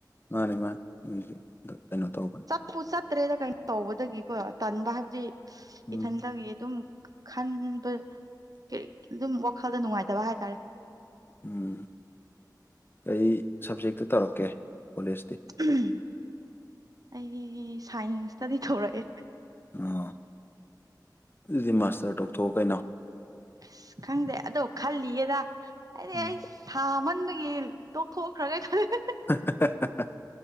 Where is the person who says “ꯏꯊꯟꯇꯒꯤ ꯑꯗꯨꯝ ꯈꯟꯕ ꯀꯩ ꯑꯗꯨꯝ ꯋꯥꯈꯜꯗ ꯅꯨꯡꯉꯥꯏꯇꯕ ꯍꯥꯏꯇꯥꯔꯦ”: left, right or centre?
Right